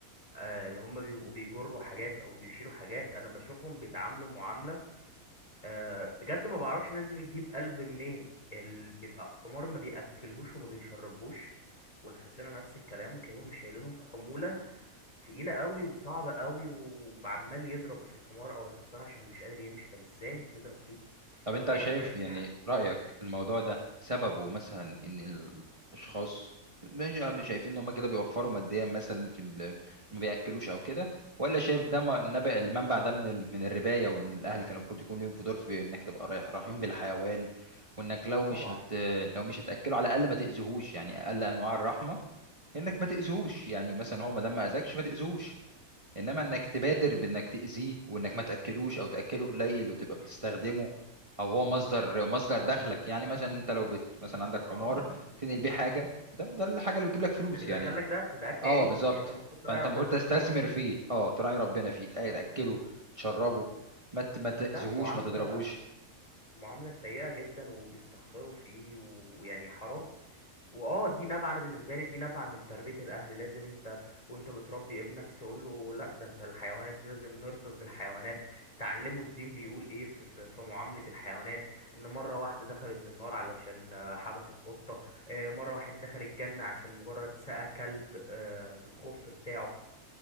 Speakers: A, on the left; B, on the right.
A: آه، اللي هم بيبقوا بيجروا حاجات أو بيشيلوا حاجات أنا بشوفهم بيتعاملوا معاملة آه، بجد ما بعرفش الناس دي بتجيب قلب منين اللي بيبقى حمار ما بيأكلهوش وما بيشربهوش والحصنة نفس الكلام وتلاقيهم مش شايلينهم حمولة تقيلة قوي وصعبة قوي و- وعمال يضرب في الحمار او الحصان عشان مش قادر يمشي طب ازاي بتضرب فيه
B: طب انت
A: يعني
B: شايف
A: آه، انت
B: يعني
A: ح-
B: رأيك الموضوع ده سببه مثلا ان الاشخاص ماشي عم شايفين ان هم كده بيوفروا ماديا مثلا في ال- إن ما بياكلوش او كده ولا شايف ده م- نبع المنبع ده من ال... من الرباية وان الاهل كان المفروض يكون ليهم في دور في انك تبقى رايح رحيم بالحيوان وانك لو مش
A: طبعا
B: هت لو مش هتاكله على الاقل ما تاذيهوش يعني اقل انواع الرحمة انك ما تاذوش يعني مثلا هو ما دام ما اذاكش ما تاذوش انما انك تبادر بانك تاذيه وانك ما تاكلوش او تاكله قليل وتبقى
A: مم.
B: بتستخدمه او هو مصدر مصدر دخلك يعني مثلا انت لو بت مثلا عندك حمار
A: اه يعني
B: تنقل بيه حاجه ده ده الحاجه اللي بتجيب لك فلوس
A: ده بيدخلك
B: يعني
A: دخل ده اكل
B: اه
A: عيشك
B: بالظبط
A: يعني انت المفروض تراعي
B: فانت
A: ربنا
B: المفروض
A: في
B: تستثمر
A: اكل عيشك
B: فيه اه تراعي ربنا فيه تأ- تاكله تشربه ما ت- ما تاذيهوش
A: لا معاملة
B: ما تضربوش
A: معاملة سيئة جدا وبيستخسروا فيه ويعني حرام واه دي نابعة انا بالنسبة لي دي نابعة من تربية الاهل لازم انت وانت بتربي ابنك تقول له لا ده انت الحيوانات دي لازم نرفق بالحيوانات تعلمه الدين بيقول ايه في, في, في معاملة الحيوانات ان مرة واحدة دخلت النار علشان آه، حبست قطة آه، مرة واحد دخل الجنة عشان مجرد سقى كلب آه، في الخف بتاعه